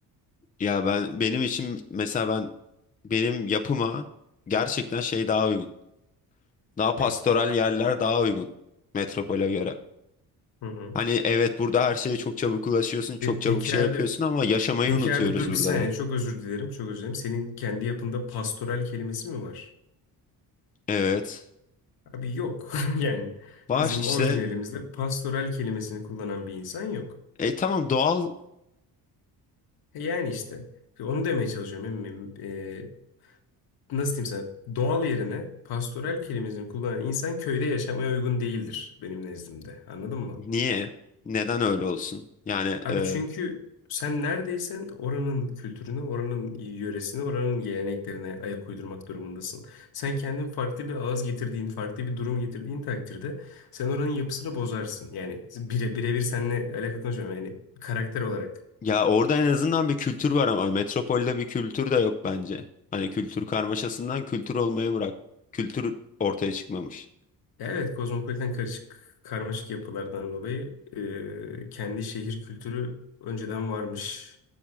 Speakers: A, on the left; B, on the left.
A: Ya ben benim için mesela ben benim yapıma gerçekten şey daha uygun. Daha
B: Ne?
A: pastoral yerler daha uygun metropole göre.
B: Hı hı.
A: Hani evet burada her şeye çok çabuk ulaşıyorsun, çok
B: Pe- peki
A: çabuk şey
B: abi,
A: yapıyorsun ama yaşamayı
B: peki
A: unutuyoruz
B: abi dur
A: burada
B: bir saniye
A: da.
B: çok özür dilerim, çok özür dilerim. Senin kendi yapında pastoral kelimesi mi var?
A: Evet.
B: Abi yok. <laughs> Yani
A: Var
B: bizim
A: işte.
B: orijinalimizde pastoral kelimesini kullanan bir insan yok.
A: E tamam doğal
B: E Yani işte onu demeye çalışıyorum. Em- em- e, nasıl diyeyim sana? Doğal yerine pastoral kelimesini kullanan insan köyde yaşamaya uygun değildir benim nezdimde. Anladın mı?
A: niye? Neden öyle olsun? Yani
B: Abi
A: e,
B: çünkü sen neredeysen oranın kültürünü, oranın yöresini, oranın geleneklerine ayak uydurmak durumundasın. Sen kendin farklı bir ağız getirdiğin, farklı bir durum getirdiğin takdirde sen oranın yapısını bozarsın. Yani bire birebir seninle alakalı konuşmuyorum. Yani karakter olarak.
A: Ya orada en azından bir kültür var ama metropolde bir kültür de yok bence. Hani kültür karmaşasından kültür olmayı bırak. Kültür ortaya çıkmamış.
B: Evet, kozmopolitan karışık karmaşık yapılardan dolayı e, kendi şehir kültürü önceden varmış.